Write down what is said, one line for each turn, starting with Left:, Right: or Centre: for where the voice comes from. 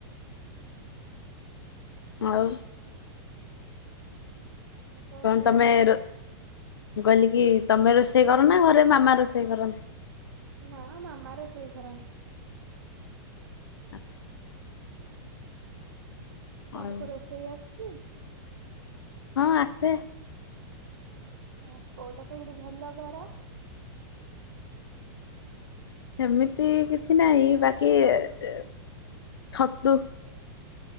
Left: ଆଉ
Right: ଆଉ
Left: କଣ
Right: କୁହ?
Left: ତମେ ରୋ ମୁଁ କହିଲି କି ତମେ ରୋଷେଇ କର ନା ଘରେ ମାମା ରୋଷେଇ କରନ୍ତି?
Right: ନା ମାମ ରୋଷେଇ କରନ୍ତି।
Left: ଆଚ୍ଛା
Right: ତମକୁ
Left: ଆଉ
Right: ରୋଷେଇ ଆସୁଛି?
Left: ହଁ ଆସେ।
Right: ଆ କୋଉଟା ସବୁଠୁ ଭଲ କର?
Left: ସେମିତି କିଛି ନାହିଁ ବାକି ଇ ଇ ଛତୁ।